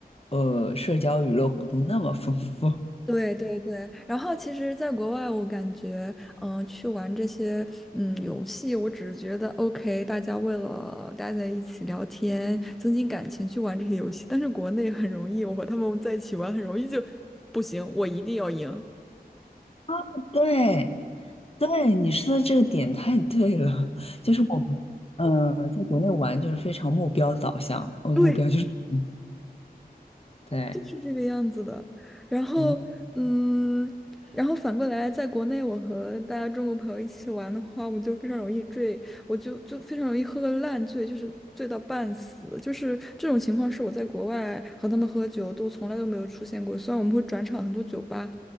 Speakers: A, on the left (about 35°); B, in the centre.
A: 呃，社交娱乐活动那么丰富。
B: 对对对，然后其实，在国外，我感觉，嗯、去玩这些，嗯，游戏，我只是觉得，OK，大家为了待在一起聊天，增进感情，去玩这些游戏。但是国内很容易，我和他们在一起玩，很容易就不行，我一定要赢。
A: <laughs> 对，对，你说的这个点太对了，就是我们，嗯，在国内玩就是非常目标导向，呃，目标就是，
B: 对。
A: 嗯，对，
B: 就是这个样子的。然后，
A: 嗯，
B: 嗯，然后反过来，在国内我和大家中国朋友一起玩的话，我就非常容易醉，我就就非常容易喝个烂醉，就是醉到半死。就是这种情况是我在国外和他们喝酒都从来都没有出现过。虽然我们会转场很多酒吧，